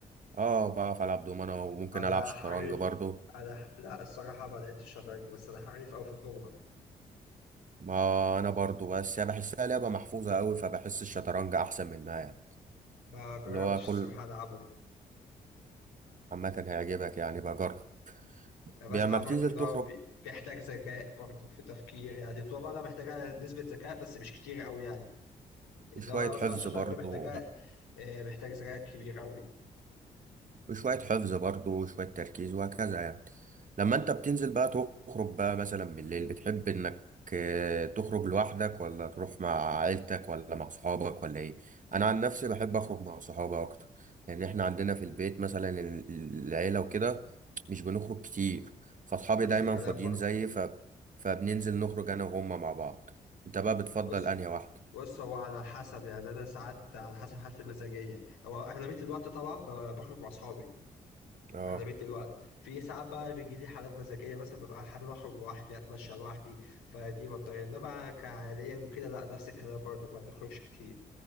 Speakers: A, on the right (about 45°); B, on the left (about 85°).
A: اه بعرف العب دومنه وممكن
B: أنا
A: العب شطرنج
B: حريف
A: برضو
B: أنا لا الصراحة ما لعبتش شطرنج بس أنا حريف أوي في الدومنة
A: ما انا برضو بس يعني بحسها لعبه محفوظه قوي فبحس الشطرنج احسن منها يعني
B: ما جربتش
A: اللي هو كل
B: الصراحة ألعبه
A: عامه هيعجبك يعني بجرب
B: بسمع
A: بي- لما بتنزل
B: برضه إن
A: تخرج
B: هو بي- بيحتاج ذكاء برضه في تفكير يعني الدومنة محتاجة نسبة ذكاء بس مش كتير أوي يعني
A: وشوية
B: إنما بسمع
A: حفظ
B: الشطرنج
A: برضه
B: محتاجة آه، محتاج ذكاء كبير أوي
A: وشوية حفظ برضه وشوية تركيز وهكذا يعني لما انت بتنزل بقى تخرج بقى مثلا بالليل بتحب انك آه، تخرج لوحدك ولا تروح مع عيلتك ولا مع صحابك ولا ايه انا عن نفسي بحب اخرج مع صحابي اكتر لان احنا عندنا في البيت مثلا ال- ال- العيلة وكده مش بنخرج كتير فاصحابي
B: نفس
A: دايما
B: الكلام
A: فاضيين
B: برضه
A: زيي ف... فبننزل نخرج انا وهم مع بعض انت بقى بتفضل
B: بص
A: انهي واحدة
B: بص هو على حسب يعني أنا ساعات على حسب حالتي المزاجية هو أغلبية الوقت طبعا ب- بخرج مع أصحابي
A: اه
B: أغلبية الوقت في ساعات بقى بيجي لي حالات مزاجية مثلا ببقى حابب أخرج لوحدي أتمشى لوحدي فدي بضطر إنما كعاليا وكده لأ نفس الكلام برضه ما بنخرجش كتير